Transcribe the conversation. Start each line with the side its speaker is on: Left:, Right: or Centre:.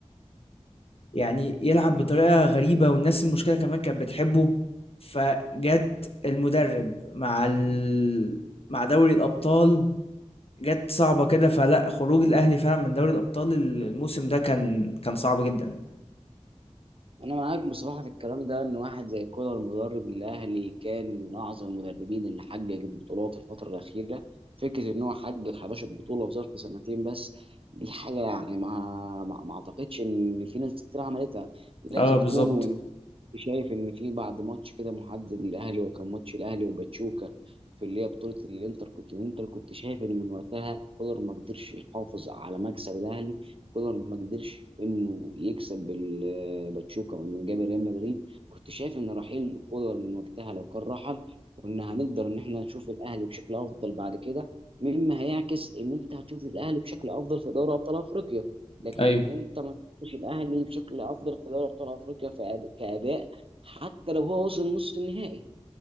Left: يعني يلعب بطريقة غريبة والناس المشكلة كمان كانت بتحبه فجت المدرب مع ال... مع دوري الأبطال جت صعبة كده فلا خروج الأهلي فعلا من دوري الأبطال الموسم ده كان كان صعب جدا
Right: انا معاك بصراحه في الكلام ده ان واحد زي كولر المدرب الاهلي كان من اعظم المدربين اللي حقق بطولات الفتره الاخيره فكره ان هو حقق 11 بطوله في ظرف سنتين بس دي حاجه يعني ما ما ما اعتقدش ان في ناس كتير عملتها لكن
Left: اه بالظبط
Right: كونه شايف ان في بعد ماتش كده محدد للاهلي وكان ماتش الاهلي وباتشوكا في اللي هي بطوله الانتر كنت الانتر كنت شايف ان من وقتها كولر ما قدرش يحافظ على مكسب الاهلي كولر ما قدرش انه يكسب ال- آه، باتشوكا وانه جاب ريال مدريد كنت شايف ان رحيل كولر من وقتها لو كان رحل كنا هنقدر ان احنا نشوف الاهلي بشكل افضل بعد كده مما هيعكس ان انت هتشوف الاهلي بشكل افضل في دوري ابطال افريقيا لكن
Left: ايوه
Right: انت ما شفتش الاهلي بشكل افضل في دوري ابطال افريقيا في أد- كاداء حتى لو هو وصل نص النهائي